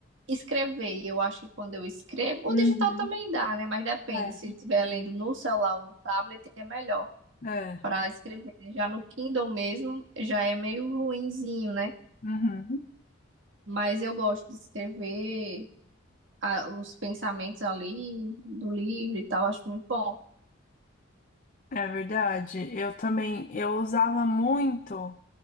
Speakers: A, on the right; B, on the left.
A: escrever, e eu acho que quando eu escrevo, o
B: Uhum.
A: digital também dá, né? Mas depende,
B: É,
A: se estiver lendo no celular ou no tablet, é melhor
B: é.
A: para escrever. né? Já no Kindle mesmo, já é meio ruinzinho, né?
B: Uhum.
A: Mas eu gosto de escrever a- os pensamentos ali do livro e tal, acho muito bom.
B: É verdade. Eu também, eu usava muito